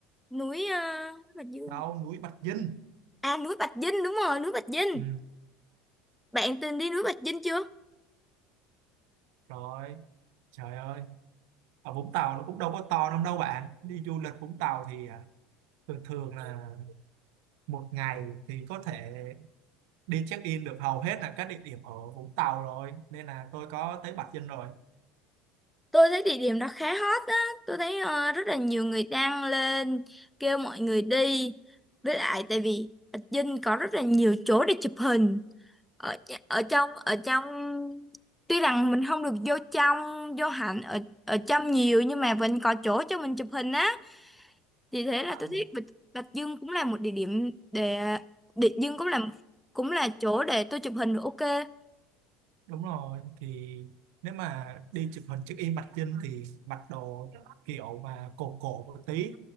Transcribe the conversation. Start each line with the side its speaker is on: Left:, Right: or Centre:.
Centre: núi ờ, Bạch Dương
Right: đâu núi Bạch Dinh
Centre: à núi Bạch Dinh đúng rồi núi Bạch Dinh
Right: ừ,
Centre: bạn từng đi núi Bạch Dinh chưa
Right: rồi trời ơi ở Vũng Tàu nó cũng đâu có to lắm đâu bạn đi du lịch Vũng Tàu thì à, thường thường là một ngày thì có thể đi check in được hầu hết là các địa điểm ở Vũng Tàu rồi nên là tôi có tới Bạch Dinh rồi
Centre: Tôi thấy địa điểm đó khá hot á, tôi thấy ờ, rất là nhiều người đăng lên kêu mọi người đi. Với lại tại vì ở Vinh có rất là nhiều chỗ để chụp hình. Ở ở trong ở trong tuy rằng mình không được vô trong vô hẳn ở ở trong nhiều nhưng mà vẫn có chỗ cho mình chụp hình á. Vì thế là
Right: à,
Centre: tôi thấy Bạch, Bạch Dương cũng là một địa điểm để Bạch Dương cũng là cũng là chỗ để tôi chụp hình được ok.
Right: đúng rồi thì nếu mà đi chụp hình check in Bạch Dinh thì mặc đồ kiểu mà cổ cổ một tí